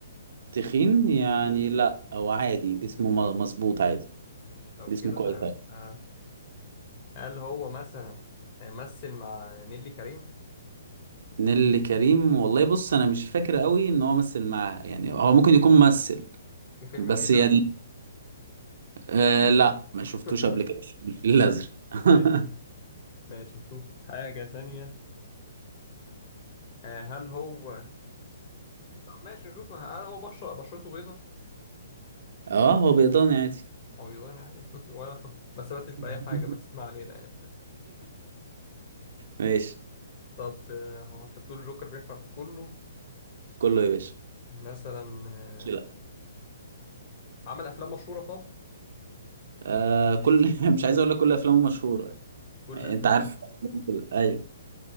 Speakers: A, on the right; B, on the left.
A: تخين يعني لا هو عادي جسمه م- مظبوط عادي
B: مش لو
A: جسمه
B: كده
A: كويس عادي
B: آه، هل هو مثلا آه، مثل مع نيلي كريم
A: نيللي كريم والله بص أنا مش فاكر قوي إن هو مثل معاها يعني هو ممكن يكون ممثل
B: في فيلم
A: بس
B: فيه الازرق
A: يعني آه لا ما
B: <laughs>
A: شفتوش قبل كده في الفيل الأزرق <coughs> <laughs>
B: آه، ماشي نشوف حاجه ثانيه آه، هل هو طب ماشي نشوف هل هو بشرة بشرته بيضة
A: اه هو بيضاني عادي
B: عويضانة يعني <laughs> ولا ما استفدتش بأي
A: <laughs>
B: حاجة بس ما علينا يعني
A: ماشي
B: طب آه، هو أنت بتقول الجوكر بينفع في كله
A: كله يا باشا
B: مثلا آه،
A: ماشي، لا
B: عمل افلام مشهوره طب
A: آه كل <laughs> مش عايز اقول لك كل افلامه مشهوره
B: كل
A: يعني
B: افلامه
A: انت عارف <laughs> ايوه